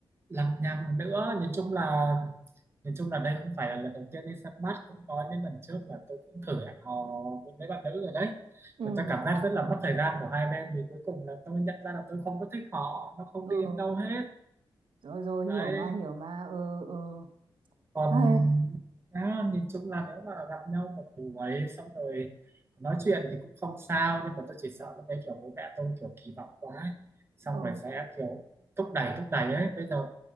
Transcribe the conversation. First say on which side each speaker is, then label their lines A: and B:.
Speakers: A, on the right; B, on the right.
A: lằng nhằng nữa nhìn chung là nhìn chung là đây không phải là lần đầu tiên đi săn bắt cũng có những lần trước là tôi cũng thử hẹn hò với mấy bạn nữ rồi đấy
B: Ừ.
A: và tôi cảm giác rất là mất thời gian của hai bên vì cuối cùng là tôi nhận ra là tôi không có thích họ nó không
B: ừ
A: đi đến đâu hết
B: rồi rồi
A: đấy
B: hiểu mà hiểu mà ừ ừ
A: còn
B: hay
A: á, nhìn chung là nếu mà gặp nhau một buổi xong rồi nói chuyện thì cũng không sao nhưng mà tôi chỉ sợ là cái kiểu bố mẹ tôi kiểu kỳ vọng quá ấy. xong
B: ừ
A: rồi sẽ kiểu thúc đẩy thúc đẩy ấy bây giờ